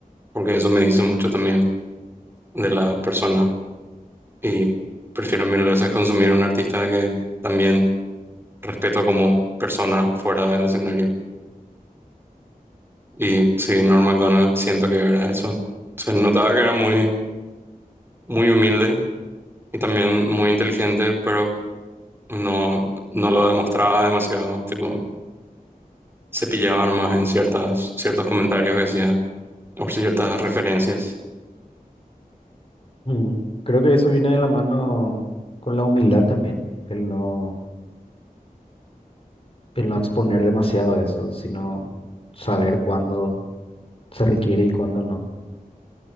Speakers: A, on the right; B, on the left.
A: porque eso me dice mucho también de la persona y prefiero mil veces consumir a un artista que también respeto como persona fuera del escenario. Y sí, Norm Macdonald siento que era eso. Se notaba que era muy, muy humilde y también muy inteligente, pero no, no lo demostraba demasiado. Tipo, se pillaba nomás en ciertas, ciertos comentarios que hacía o ciertas referencias.
B: Mm. Creo que eso viene de la mano con la humildad también, el no el no exponer demasiado eso, sino saber cuándo se requiere y cuándo no.